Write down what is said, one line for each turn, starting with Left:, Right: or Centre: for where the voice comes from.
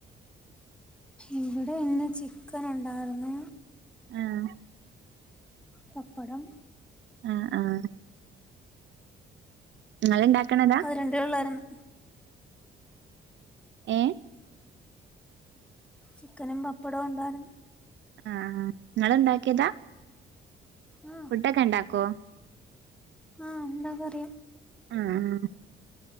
Centre: ഇവിടെ ഇന്ന് ചിക്കൻ ഉണ്ടായിരുന്നു
Right: ആഹ്
Centre: പപ്പടം
Right: ആഹ് ആഹ് നിങ്ങൾ ഉണ്ടാക്കണതാ
Centre: രണ്ട് പിള്ളേരാന്നു
Right: ഏഹ്
Centre: ചിക്കനും പപ്പടവും ഉണ്ടായിരുന്നു
Right: ആഹ് നിങ്ങൾ ഉണ്ടാക്കിയതാ
Centre: ആ
Right: ഫുഡൊക്കെ ഉണ്ടാക്കോ
Centre: ആ ഉണ്ടാക്കാൻ അറിയാം
Right: ആഹ്